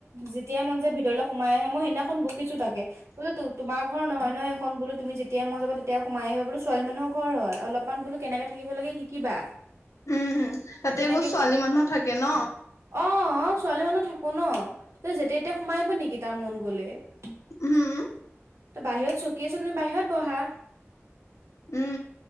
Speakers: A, on the right; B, on the left.
A: যেতিয়াই মন যাই ভিতৰলৈ সোমাই আহে মই সেইদিনাখন বকিছো তাকে বোলো তোমাৰ ঘৰ নহয় নহয় এখন বোলো তুমি যেতিয়া মন যাব তেতিয়া সোমাই আহিবা বোলো ছোৱালী মানুহৰ ঘৰ হয় অলপমান বোলো কেনেক থাকিব লাগে শিকিবা
B: উম উম তাতে
A: তেনেকে
B: আকৌ ছোৱালী
A: কওঁ
B: মানুহ থাকে ন
A: অ ছোৱালী মানুহ থাকো ন তাই যেতিয়া এতিয়া সোমাই আহিব নি কি তাৰ মন গলে ত
B: উম
A: বাহিৰত চকী আছে তুমি বাহিৰত বহা
B: উম